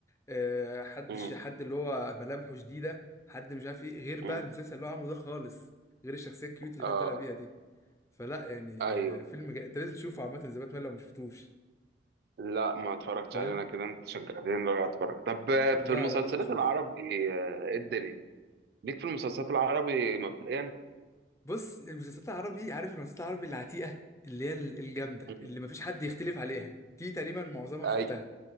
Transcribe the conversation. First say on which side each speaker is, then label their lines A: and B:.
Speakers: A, on the left; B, on the right.
A: آه، حد
B: مم.
A: ش... حد اللي هو ملامحه شديدة حد مش عارف ايه غير بقى
B: مم.
A: المسلسل اللي هو عامله ده خالص غير الشخصية الكيوت اللي
B: اه
A: كان طالع بيها دي فلا يعني
B: ايوه
A: آه، فيلم جا... انت لازم تشوفه عامة زي باتمان لو ما شفتوش
B: لا ما اتفرجتش
A: فاهم
B: عليه انا كده انت شجعتني بقى اتفرج طب آه، في
A: لا
B: المسلسلات
A: لا لازم تشوفه
B: العربي آه، ايه الدنيا ليك في المسلسلات العربي مبدئيا
A: بص المسلسلات العربي عارف المسلسلات العربي العتيقة اللي هي ال- الجامدة
B: مم.
A: اللي مفيش حد يختلف عليها دي تقريبا معظمها
B: ايوه
A: شفتها